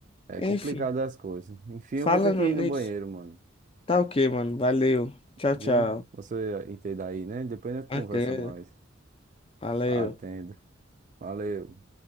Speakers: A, on the right (about 40°); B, on the left (about 25°).
A: é
B: Enfim,
A: complicado as coisas. Enfim,
B: falando
A: eu vou ter que ir
B: nisso,
A: no banheiro, mano.
B: tá ok, mano, valeu, tchau,
A: Viu?
B: tchau,
A: Você entende aí, né? Depois a gente
B: até,
A: conversa mais.
B: valeu.
A: Atendo. Valeu.